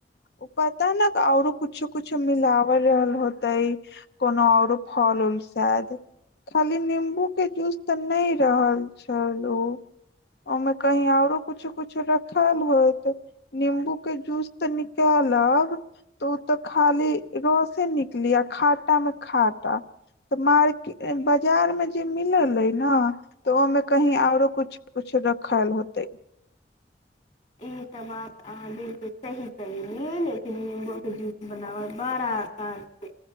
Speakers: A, on the left; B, on the left.
A: ओ पता ने औरो कुछो कुछो मिलावल रहल होते कोनो औरो फल उल साद खाली निम्बू के जूस तऽ नहि रहल छल ओ ओमे कही औरो कुछो कुछो रखल होत नम्बू के जूस तऽ केलक तऽ ओ तऽ खाली रसे निकली आ खाटा मे खाटा तऽ मार्केट बाजार में जे मिलल ने तऽ ओमे कही आरो कुछ कछ रखल होते
B: ई त बात अहाँ बिलकु सही कलिय लेकिन निम्बो के जू बनाबै बड़ा आसान छै